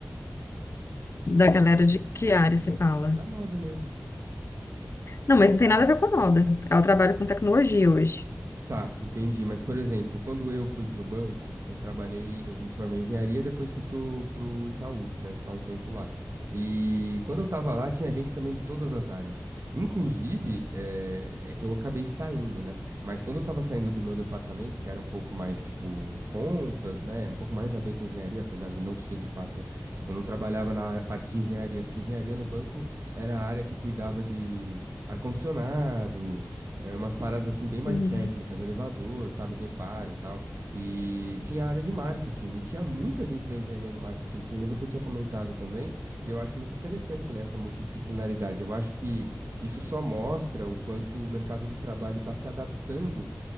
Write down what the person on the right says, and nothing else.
Da moda mesmo.
Tá, entendi. Mas, por exemplo, quando eu fui pro banco, eu trabalhei, eu me formei em engenharia, depois fui pro, pro Itaú, né, ficar um tempo lá. E quando eu tava lá, tinha gente também de todas as áreas. Inclusive, é, é que eu acabei saindo, né? Mas quando eu tava saindo do meu departamento, que era um pouco mais, tipo, contas, né, um pouco mais a ver com engenharia, apesar de não ser de fato, tipo, eu não trabalhava na parte de engenharia, porque engenharia no banco era a área que cuidava de ar-condicionado, eh, umas paradas assim bem mais
técnicas, elevador, sabe, reparo, e tal. E tinha a área de marketing e tinha muita gente da engenharia do marketing, que nem você tinha comentado também. E eu acho muito interessante, né, essa multidisciplinaridade. Eu acho que isso só mostra o quanto o mercado de trabalho está se adaptando